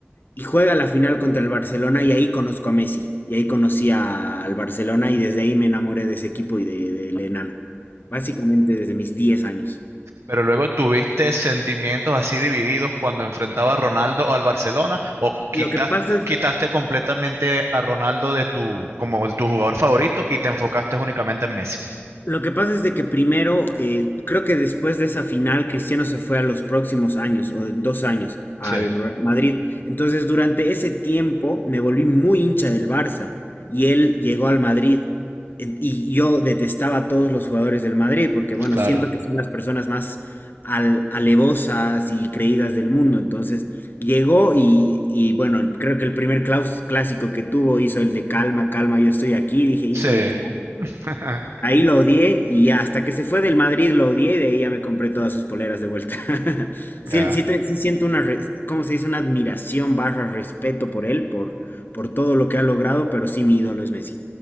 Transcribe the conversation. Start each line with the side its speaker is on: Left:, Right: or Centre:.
Left: Y juega la final contra el Barcelona y ahí conozco a Messi. Y ahí conocí a- al Barcelona y desde ahí me enamoré de ese equipo y de- del enano. Básicamente desde mis 10 años.
Right: Pero luego tuviste sentimientos así divididos cuando enfrentaba a Ronaldo al Barcelona o quitaste,
Left: Lo que pasa es
Right: quitaste completamente a Ronaldo de tu, como de tu jugador favorito y te enfocaste únicamente en Messi.
Left: Lo que pasa es de que primero, eh, creo que después de esa final, Cristiano se fue a los próximos años, o en dos años, al
Right: Sí,
Left: Real Madrid. Entonces, durante ese tiempo me volví muy hincha del Barça y él llegó al Madrid. En- Y yo detestaba a todos los jugadores del Madrid porque, bueno,
Right: claro.
Left: siento que son las personas más al- alevosas y creídas del mundo. Entonces, llegó y, y, bueno, el- creo que el primer claus- clásico que tuvo hizo el de calma, calma, yo estoy aquí. Dije, hijo
Right: Sí.
Left: de tu madre.
Right: <laughs>
Left: Ahí lo odié y ya, hasta que se fue del Madrid lo odié y de ahí ya me compré todas sus poleras de vuelta. <laughs> Sí,
Right: Ya.
Left: sí, te- sí siento una, res- ¿cómo se dice? Una admiración barra respeto por él, por, por todo lo que ha logrado, pero sí mi ídolo es Messi.